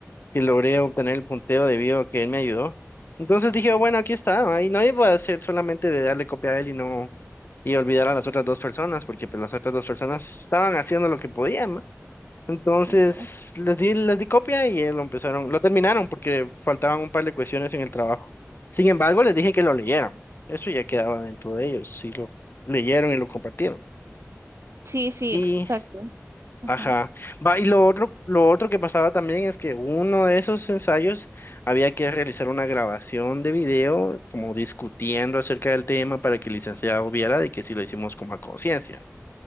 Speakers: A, on the left; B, on the right.
A: que logré obtener el punteo debido a que él me ayudó. Entonces dije, bueno, aquí está, ¿va? y no iba a ser solamente de darle copia a él y no, y olvidar a las otras dos personas, porque pues las otras dos personas estaban haciendo lo que podían, ¿no? Entonces
B: Sí, claro.
A: les di, les di copia y eh, lo empezaron, lo terminaron porque faltaban un par de cuestiones en el trabajo. Sin embargo, les dije que lo leyeran. Eso ya quedaba dentro de ellos, si lo leyeron y lo compartieron.
B: Sí, sí,
A: Y,
B: exacto. Ajá.
A: ajá. Va, y lo otro, lo otro que pasaba también es que uno de esos ensayos había que realizar una grabación de video, como discutiendo acerca del tema para que el licenciado viera de que si lo hicimos como a conciencia.